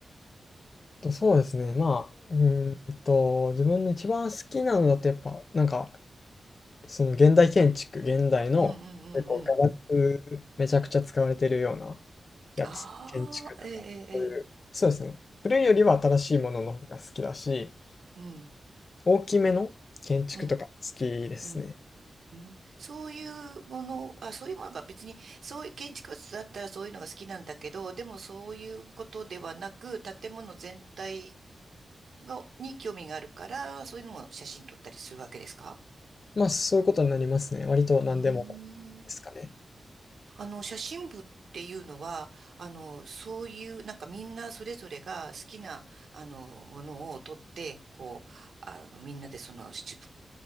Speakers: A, on the left (about 40°); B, on the right (about 70°).
A: と、そうですね、まあ、うーんと、自分の一番好きなのだとやっぱ、なんか、その現代建築、現代の結構ガラスめちゃくちゃ使われてるような
B: うんうんうんうん。
A: やつ、
B: ああ、
A: 建築とか、
B: ええええ。ええ
A: そういう、そうですね。古いよりは新しいものの方が好きだし、
B: うん、
A: 大きめの建築とか好きですね。
B: うん、うん。うん、そういうもの、あ、そういうものが別に、そういう建築物だったらそういうのが好きなんだけど、でもそういうことではなく、建物全体が、に興味があるから、そういうのも写真撮ったりするわけですか
A: まあ、そういうことになりますね。割と何でも
B: うー
A: ですかね。
B: ん。あの、写真部っていうのは、あの、そういう、なんかみんなそれぞれが好きな、あの、ものを撮って、こう、あの、みんなでその、し